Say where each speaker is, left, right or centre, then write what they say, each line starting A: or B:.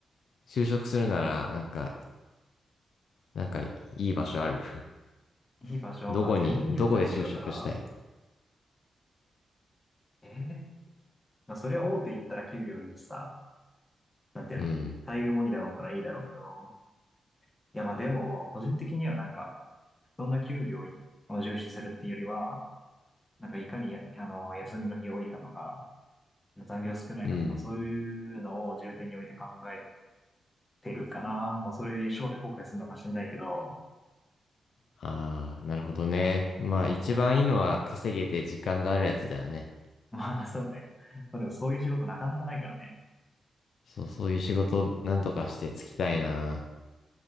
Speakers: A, on the left; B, on the left.
A: 就職するなら、なんか、なんかいい場所ある
B: いい場所、
A: <laughs> どこに、
B: まあ全然業界違うから、
A: どこで就職したい
B: えーまあそりゃ大手行ったら給料いいしさ、なんていうの、
A: うん。
B: 待遇もいいだろうからいいだろうけど、いやまあでも、個人的にはなんか、そんな給料を重視するっていうよりは、なんかいかにや、あの、休みの日多いかとか、残業少ないかとか、
A: うん。
B: そういうのを重点に置いて考えてるかな。まあそれ将来後悔するのかしんないけど、
A: ああ、なるほどね。まあ一番いいのは稼げて時間があるやつだよね。
B: そう <laughs> まあ、そうね。まあ、でもそういう仕事なかなかないからね。
A: そう、そういう仕事なんとかしてつきたいな。